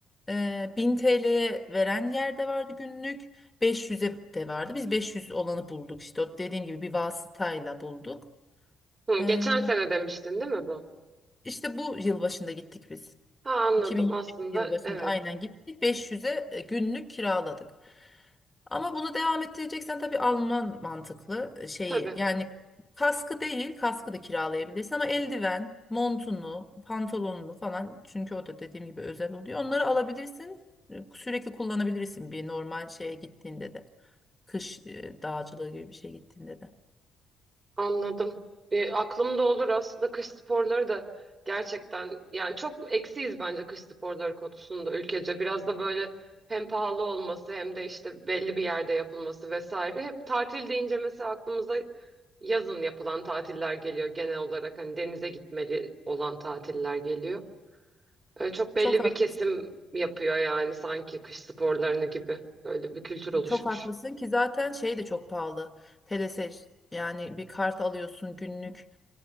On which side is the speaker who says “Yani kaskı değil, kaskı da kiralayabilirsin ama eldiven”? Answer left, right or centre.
Left